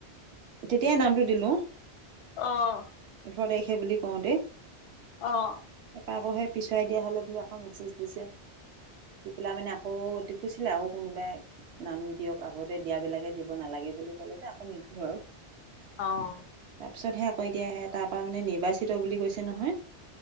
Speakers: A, on the right; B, on the left.
A: তেতিয়াই নামটো দিলো
B: অ'
A: ওঠৰ তাৰিখে বুলি কওঁতেই
B: অ'
A: তাৰপৰা আকৌ সেই পিছুৱাই দিয়া হল বুলি আকৌ মেছেজ দিছে দি পেলা মানে আকৌ দেখিছিলে আৰু কোনোবাই নাম দিয়ক, আগতে দিয়াবিলাকে দিব নালাগে বুলি কলে যে আকৌ নিদিলো আৰু।
B: অ'
A: তাৰ পিছতে সেই আকৌ এতিয়া সে তাৰ পৰা মানে নিৰ্বাচ চিত বুলি কৈছে নহয়,